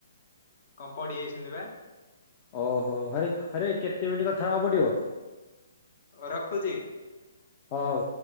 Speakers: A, on the left; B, on the left.
A: କଁ ପଡ଼ିଯାଇଛନ୍ତି ବା।
B: ଓହୋ ହରେ ହରେ କେତେ ମିଣ୍ଟି କଥା ହବା ପଡ଼ିବ?
A: ହ ରଖୁଛି।
B: ହଉ।